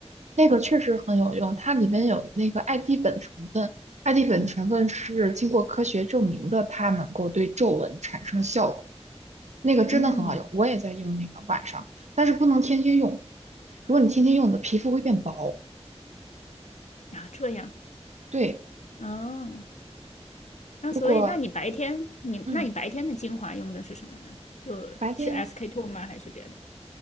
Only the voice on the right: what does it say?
那个确实很有用，它里面有那个艾地苯成分，艾地苯成分是经过科学证明的，它能够对皱纹产生效果，那个真的很好用，
我也在用那个晚上，但是不能天天用，如果你天天用，你的皮肤会变薄。
对。
如果
嗯
白天